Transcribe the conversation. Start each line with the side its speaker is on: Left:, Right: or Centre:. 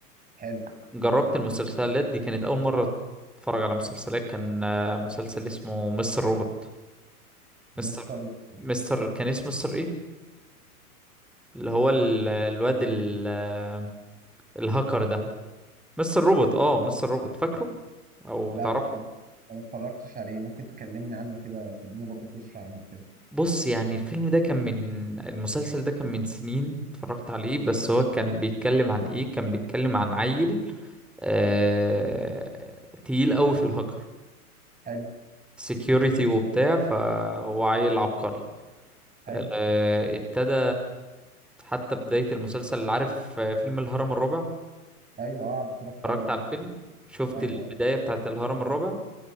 Right: حلو
Centre: جربت المسلسلات دي كانت اول مرة اتفرج على مسلسلات كان آه، مسلسل اسمه مستر روبوت
Right: مستر
Centre: مستر مستر كان اسمه مستر ايه اللي هو ال- الواد ال- آه، الهاكر ده مستر روبوت اه مستر روبوت فاكره او
Right: لا
Centre: تعرفه
Right: أنا ما اتفرجتش عليه ممكن تكلمني عنه كده تديني برضه قشرة عنه كده
Centre: بص يعني الفيلم ده كان من المسلسل ده كان من سنين اتفرجت عليه بس هو كان بيتكلم عن ايه كان بيتكلم عن عيل آه... تقيل قوي في الهاكر
Right: حلو
Centre: سكيورتي وبتاع فهو عيل عبقري
Right: حلو
Centre: آه... ابتدى حتى بداية المسلسل اللي عارف آه، فيلم الهرم الرابع
Right: ايوه اه اتفرجت
Centre: اتفرجت
Right: عليه
Centre: على الفيلم شفت
Right: ايوه
Centre: البداية
Right: اه
Centre: بتاعت الهرم الرابع